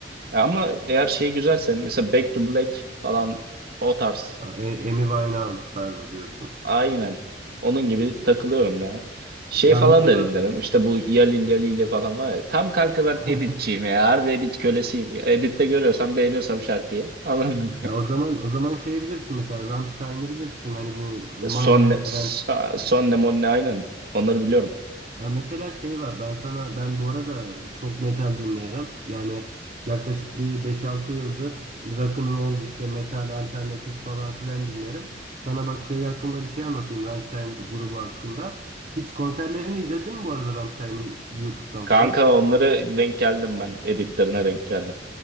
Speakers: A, on the right; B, on the right.
A: E, Ama eğer şey güzelse mesela Back to Black falan o tarz.
B: e- Amy Winehouse tarzı diyorsun.
A: Aynen. Onun gibi takılıyorum ya. Şey
B: Ya
A: falan
B: mesela
A: da dinlerim. İşte bu Yalil Yalil'i falan var ya. Tam kanka ben
B: <laughs>
A: editçiyim ya. Harbi edit kölesiyim. ya. Editte görüyorsam beğeniyorsam şarkıyı. Anladın mı?
B: ya o zaman o zaman şey bilirsin mesela Rammstein'ı bilirsin hani bu Meinherz
A: <laughs> Son ne, Sa-
B: Brand.
A: son ne mon ne aynen. Onları biliyorum.
B: Ya mesela şey var ben sana ben bu arada çok metal dinlerim. Yani yaklaşık bir beş altı yıldır rock and roll işte metal alternatif falan filan dinlerim. Sana bak şey hakkında bir şey anlatayım Rammstein grubu hakkında. Hiç konserlerini izledin mi bu arada Rammstein'ın YouTube'dan
A: Kanka
B: falan?
A: onları denk geldim ben. Editlerine denk geldim.